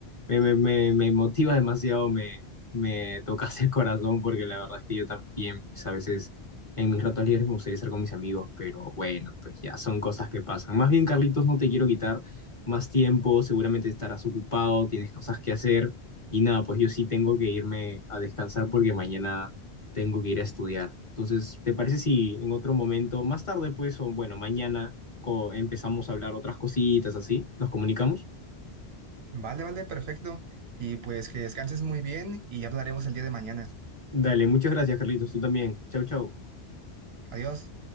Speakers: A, on the left; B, on the right.
A: Me, me, me- me motiva demasiado, me, me tocas el <laughs> corazón porque la verdad es que yo también, pues a veces en mis ratos libres me gustaría estar con mis amigos, pero bueno, pues ya son cosas que pasan. Más bien, Carlitos, no te quiero quitar más tiempo, seguramente estarás ocupado, tienes cosas que hacer y nada, pues yo sí tengo que irme a descansar porque mañana tengo que ir a estudiar. Entonces, ¿te parece si en otro momento, más tarde pues, o bueno, mañana co- empezamos a hablar otras cositas así? ¿Nos comunicamos?
B: Vale, vale, perfecto. Y pues que descanses muy bien y ya hablaremos el día de mañana.
A: Dale, muchas gracias, Carlitos. Tú también. Chau, chau.
B: Adiós.